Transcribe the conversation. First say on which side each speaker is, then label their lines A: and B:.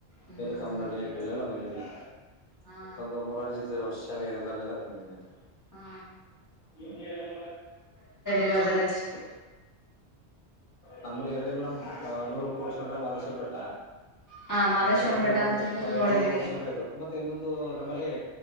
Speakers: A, on the left; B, on the left.
A: ಹ್ಮ್
B: ಮಲ ಕಾಮನಳ್ಳಿ ಅಲ್ಲೆಲ್ಲ ಬಂದಿದೀನಿ
A: ಹಾ
B: ಒಂದು ಮರಳ ಜತೆ ವರ್ಷ ಶಾಲೆ ಇದೆಲ್ಲ ಅಲ್ಲೆಲ್ಲ ಬಂದಿದ್ದೀನಿಡಿ
A: ಹಾ
B: ಹ
A: ಇರೋದೆಲ್ಲ ಇಷ್ಟು
B: ನಮ್ಮಳ ಎರಡೆ ಎಮಣ ನೂರು ಕೋಡ್ ಆದೇಶ ಬೆಟ್ಟ
A: ಹಾ ಮಾದೇಶ್ವರಂ
B: ನಮ್ಮಳಂದೂರುಳಂದೂರು
A: ಬೆಟ್ಟ ಅಂತ ಫುಲ್ ನೋಡಿದೀನಿ
B: ಹೋಲ್ಸ್ರೆ ಮತ್ತೆ ಇನ್ನೊಂದು ಇದು ನಮ್ಮಲ್ಲಿ